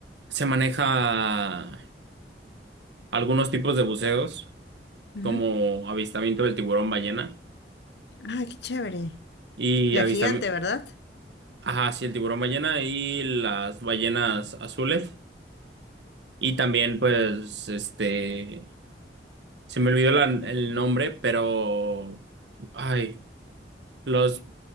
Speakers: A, on the right (about 80°); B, on the left (about 75°).
A: se maneja algunos tipos de buceos,
B: ujú.
A: como avistamiento del tiburón ballena
B: Ah, qué chévere.
A: y
B: La
A: avistamiento,
B: gigante, ¿verdad?
A: ajá, sí, el tiburón ballena y las ballenas azules. Y también, pues, este, se me olvidó la- el nombre, pero, ay, los